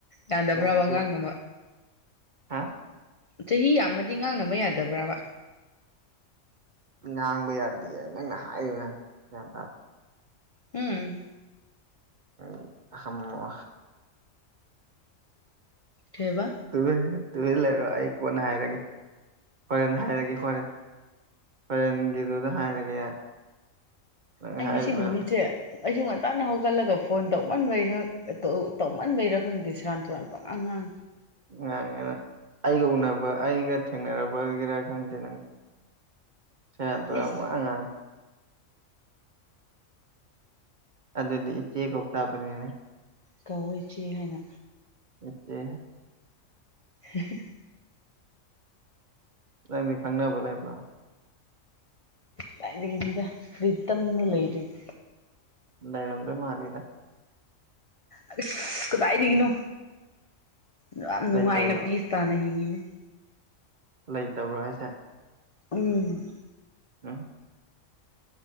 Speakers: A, on the left (about 60°); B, on the right (about 45°).
A: ꯌꯥꯗꯕ꯭ꯔꯕ
B: ꯅꯪꯁꯨ
A: ꯑꯉꯥꯡ ꯅꯣꯝꯕ
B: ꯍꯥ
A: ꯆꯍꯤ ꯌꯥꯝꯃꯗꯤ ꯉꯥꯡꯅꯕ ꯌꯥꯗꯕ꯭ꯔꯕ
B: ꯉꯥꯡꯕ ꯌꯥꯗꯦ ꯅꯪꯅ ꯍꯥꯏꯔꯤꯕ ꯃꯌꯥꯝꯁꯦ ꯒ꯭ꯌꯥꯟ ꯇꯥ
A: ꯎꯝ
B: ꯎꯝ ꯊꯝꯃꯣ
A: ꯀꯩꯕ
B: ꯑꯗꯨꯗꯩ ꯇꯨꯃꯤꯟ ꯂꯩꯔꯣ ꯑꯩ ꯀꯣꯟꯅ ꯍꯥꯏꯔꯒꯦ ꯍꯣꯔꯦꯟ ꯍꯥꯏꯔꯒꯦ ꯍꯣꯔꯦꯟ ꯍꯣꯔꯦ ꯟꯡꯒꯤꯗꯨꯗ ꯍꯥꯏꯔꯒꯦ ꯌꯥꯔꯦ ꯅꯪ
A: ꯑꯩ
B: ꯍꯥꯏꯔꯤꯕ
A: ꯉꯁꯤ ꯅꯨꯃꯤꯠꯁꯦ
B: ꯃꯌꯥꯝꯗꯣ
A: ꯑꯩꯁꯨꯨ ꯉꯟꯇꯥꯅ ꯍꯧꯒꯠꯂꯒ ꯐꯣꯟ ꯇꯧꯃꯟꯕꯩ ꯇꯧꯃꯟꯕꯩꯔꯥ ꯈꯪꯗꯦ ꯁꯦꯔꯥꯟ ꯇꯨꯔꯥꯟ ꯄꯪꯉꯥꯡ ꯎꯝ
B: ꯉꯥꯡꯉꯦ ꯅꯪ ꯑꯩꯒ ꯎꯅꯕ ꯑꯩꯒ ꯊꯦꯡꯅꯔꯕꯒꯤꯔꯥ ꯈꯪꯗꯦ ꯅꯪ ꯁꯦꯔꯥꯟ ꯇꯨꯔꯥꯟ
A: ꯏꯁ
B: ꯋꯥ ꯉꯥꯡꯉꯦ ꯑꯗꯨꯗꯤ ꯏꯆꯦ ꯀꯧ ꯇꯥꯕꯅꯤꯅꯦ
A: ꯀꯧꯋꯣ ꯏꯆꯦ ꯍꯥꯏꯅ
B: ꯅꯠꯇꯦ
A: ꯍꯤ ꯍꯤ ꯍꯤ
B: ꯅꯪꯗꯤ ꯈꯪꯅꯕ ꯂꯩꯕ꯭ꯔꯥ
A: ꯀꯥꯏꯗꯒꯤꯅꯣꯗ ꯐꯔꯤꯇꯝꯅ ꯂꯩꯔꯤꯅꯤ
B: ꯅꯩꯔꯝꯗꯩ ꯃꯥꯜꯂꯤꯗ
A: ꯑꯁ ꯀꯗꯥꯏꯗꯒꯤꯅꯣ ꯌꯥꯝ ꯅꯨꯡꯉꯥꯏꯅ
B: ꯂꯩꯇꯕ꯭ꯔꯣ
A: ꯄꯤꯁ ꯇꯥꯅ ꯍꯤꯡꯉꯤ <inaudible>
B: ꯂꯩꯇꯕ꯭ꯔꯣ ꯍꯥꯏꯁꯦ
A: ꯎꯝ
B: <inaudible>